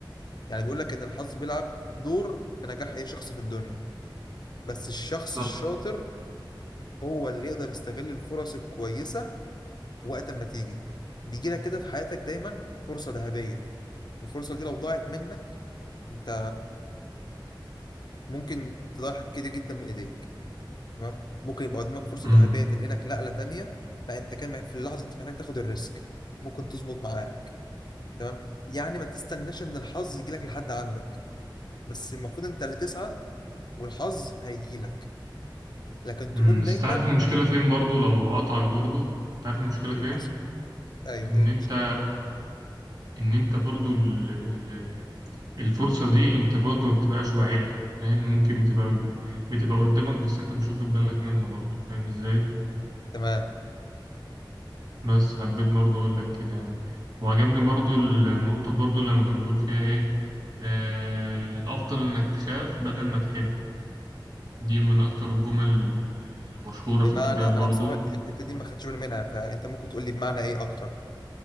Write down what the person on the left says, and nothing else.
يعني بيقول لك إن الحظ بيلعب دور في نجاح أي شخص في الدنيا بس الشخص
الشاطر هو اللي يقدر يستغل الفرص الكويسة وقت ما تيجي بيجي لك كده في حياتك دايما فرصة ذهبية الفرصة دي لو ضاعت منك أنت ممكن تضيع حاجات كتير جدا من إيديك تمام ممكن يبقى قدامك فرصة
ذهبية تنقلك نقلة تانية لا أنت كان مح- في اللحظة دي أنت محتاج تاخد الريسك ممكن تظبط معاك تمام يعني ما تستناش إن الحظ يجيلك لحد عندك بس المفروض أنت اللي تسعى والحظ هيجيلك لكن تكون
دايما
اللي
حصل ايوه
ايه المشكله
تمام
بمعنى
انا
بصراحه الحته دي ما خدتش بالي منها فانت ممكن تقول لي بمعنى ايه اكتر